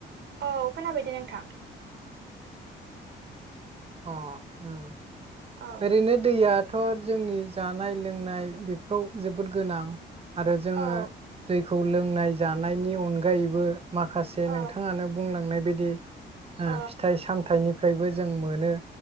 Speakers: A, on the right; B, on the right.
A: औ खोनाबायदे नोंथां
B: अ ओम
A: औ
B: ओरैनो दैया थ' जोंनि जानाय लोंनाय बेफोराव जोबोद गोनां आरो जोङो
A: औ
B: दैखौ लोंनाय जानायनि अनगायैबो माखासे
A: औ
B: नोंथाङानो बुंलांनाय बायदि
A: औ
B: ओ फिथाइ-सामथाइनिफ्रायबो जों मोनो